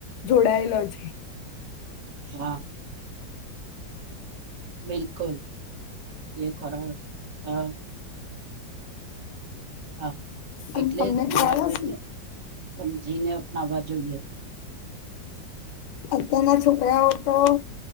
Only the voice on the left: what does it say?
જોડાયેલો હોય છે.
અને તમને
ખ્યાલ
હશે
અત્યારના છોકરાઓ તો